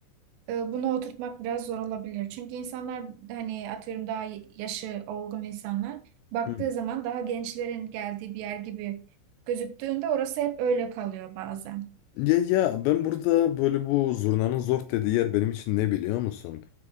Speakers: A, on the right (about 85°); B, on the left (about 85°).
A: e, bunu oturtmak biraz zor olabilir. Çünkü insanlar hani atıyorum daha yaşı olgun insanlar baktığı
B: Hı.
A: zaman daha gençlerin geldiği bir yer gibi gözüktüğünde orası hep öyle kalıyor bazen.
B: Ya ya ben burada böyle bu zurnanın zor dediği yer benim için ne biliyor musun?